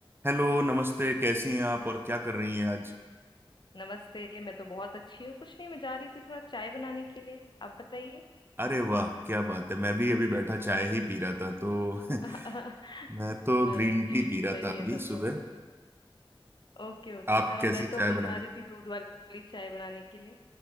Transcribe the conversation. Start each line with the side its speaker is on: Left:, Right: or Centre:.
Right: Hello नमस्ते कैसी हैं आप और क्या कर रही हैं आज
Left: नमस्ते मैं तो बहुत अच्छी हूँ कुछ नहीं मैं जा रही थी थोड़ा चाय बनाने के लिए आप बताइए
Right: अरे वाह क्या बात है मैं भी अभी बैठा चाय ही पी रहा था तो
Left: <laughs>
Right: <laughs> मैं तो
Left: अरे
Right: ग्रीन टी पी रहा
Left: सही
Right: था
Left: है
Right: अभी
Left: तब
Right: सुबह
Left: तो ओके ओके
Right: आप
Left: हाँ
Right: कैसी
Left: मैं तो
Right: चाय
Left: अभी
Right: बनाने
Left: जा रही थी दूध वाली चाय बनाने के लिए